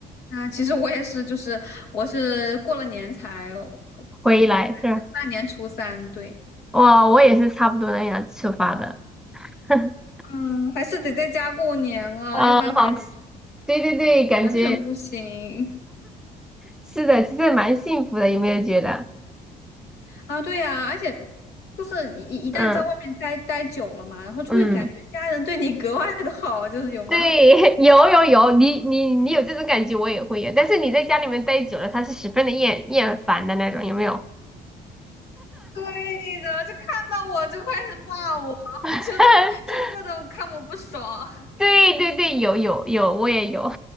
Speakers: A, on the left; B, in the centre.
A: 啊，其实我也是，就是我是过了年才
B: 回来是
A: 过来的，大年初三，对，
B: 哇，我也是差不多那样出发的，<laughs>
A: 嗯，还是得在家过年啊，
B: 啊，
A: 要不然感觉就是
B: 好，对对对，感觉
A: 完全不行
B: 是的，其实蛮幸福的，有没有觉得？
A: 啊。对呀，而且就是你一一旦在外面待待久了嘛，
B: 嗯
A: 然后就会感觉家人对你格外的好，
B: 嗯。
A: 就是有吗？
B: 对，
A: <laughs>
B: <laughs> 有有有，你你你有这种感觉，我也会有。但是你在家里面待久了，他是十分的厌厌烦的那种，有没有？
A: 对的，就看到我就开始骂我，
B: <laughs>
A: <laughs> 就就各种看我不爽，
B: 对对对，有有有，我也有。